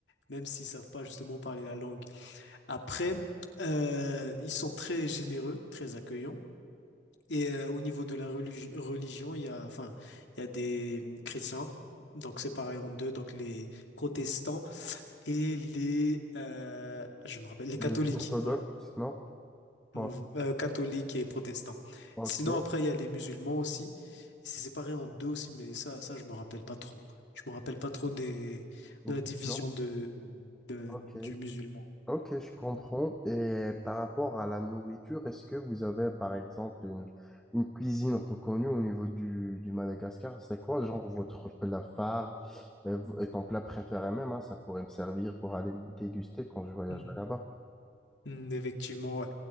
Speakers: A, on the left; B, in the centre.
A: même s'ils savent pas justement parler la langue. Après, euh, ils sont très généreux, très accueillants. Et euh, au niveau de la religi- religion, il y a, enfin, il y a des euh, chrétiens, donc séparés en deux, donc les protestants et les, euh, je me rappelle, les catholiques,
B: Les orthodoxes,
A: voilà,
B: non?
A: Mm,
B: Bon,
A: euh, catholiques et protestants.
B: ok,
A: Sinon, après, il y a les musulmans aussi. C'est séparé en deux aussi, mais ça, ça, je me rappelle pas trop. Je me rappelle pas trop des,
B: au
A: de la division
B: clan,
A: de, de-
B: ok.
A: du musulman.
B: Ok, je comprends.
A: Mm.
B: Et par rapport à la nourriture, est-ce que vous avez, par exemple, une, une cuisine reconnue au niveau du, du Madagascar? C'est quoi, genre, votre plat phare euh, v- et ton plat préféré même, hein, ça pourrait me servir pour aller le déguster quand je voyagerai
A: Mm.
B: là-bas.
A: Hmm, effectivement, ouais.